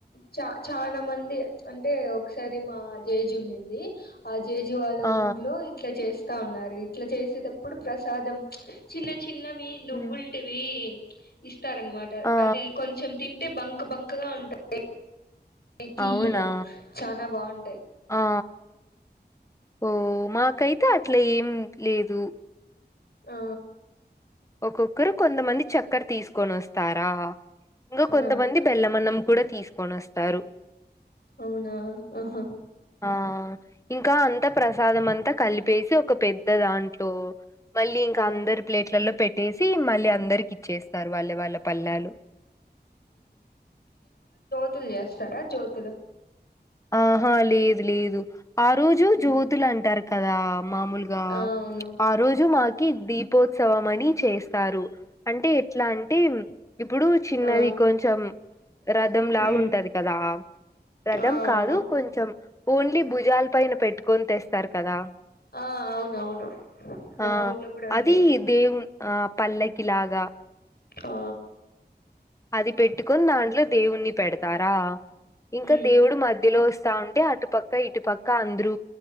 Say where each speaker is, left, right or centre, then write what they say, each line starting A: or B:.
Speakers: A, on the left; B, on the left.
A: చా చానా మంది దే అంటే ఒకసారి మా జేజ్ ఉన్నింది జేజీవాళ్ల
B: ఆ
A: ఊర్లో ఇట్లా చెస్ కా ఉన్నారు ఇట్లా చేసేటప్పుడు ప్రసాదం చిన్న చి చిన్నవి నువ్వులు
B: ఉమ్,
A: ఈ ఇస్త్ స్తారనమాట
B: ఆ
A: అది కొంచెం తిన్ అంటే బంక్ బంకగా ఉంటుంది ప్రతియి
B: అవునా
A: చాలా బాగుంటాయి
B: ఆ ఓ మాకైతే అట్లా ఏం లేదు
A: ఆ
B: ఒక్కొక్కరు కొంతమంది చక్కర తీసుకొని వస్తారా ఇంగ
A: ఆ
B: కొంతమంది బెలమ్మనం కూడా తీస్ కొనొస్తారు.
A: అవునా ఆహా
B: ఆ ఇంకా అంత ప్ర సాదమంత కలిప్ ప్పేసి ఒక పెద్ద దాంట్లో మళ్ళీ, ఇంక
A: ఆ
B: అందరి ప్లేట్లలో పెట్టేసి, మళ్ళీ, అందరికి ఇచ్చేస్తారు, వాళ్ళ వాళ్ళ పల్లాలు.
A: త్తుల్ జేస్తారా జ్యోతులు?
B: ఆహా, లేదు లేదు. ఆ రోజు
A: ఉమ్
B: జ్యోతులు అంటారు కదా. మాములుగా
A: ఆ అవును
B: ఆ రోజు మాకి దీప్ పోత్సవమని చేస్తారు. అంటే, ఎట్లా అంటే, ఇప్పుడు చిన్నది
A: ఆ
B: కొంచెం రథంలాగా
A: ఉమ్
B: ఉంటది కదా రథం.
A: ఆ అవును
B: రూ కొంచెం ఓన్లి, భుజాల పైన పెట్టుకొని తెస్తారు కదా?
A: ఆ, అవునవును, మా
B: ఆ
A: ఊర్లో కూడా ఉంది.
B: అది దేవు ఆ పల్లకిలాగా
A: ఆ
B: అది పెట్టుకొని, దాంట్లో దేవున్నీ పెడతారా? ఇంక
A: ఉమ్
B: దేవుడు మధ్- వస్తా ఉంటే, అటు పక్క ఇటు పక్క అంద్రూ